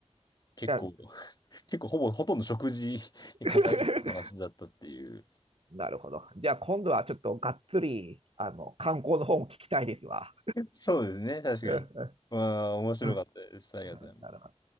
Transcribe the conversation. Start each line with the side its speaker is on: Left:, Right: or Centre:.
Left: 結構、
Right: じゃあ
Left: <laughs> 結構ほぼほとんど食事に偏った話だったっていう。
Right: <laughs> なるほど。じゃあ今度はちょっとがっつり、あの、観光の方も聞きたいですわ。
Left: そうですね。確かに。
Right: うん
Left: まあ面白かったです。
Right: うん
Left: ありがとうございます。
Right: <laughs> なるほど。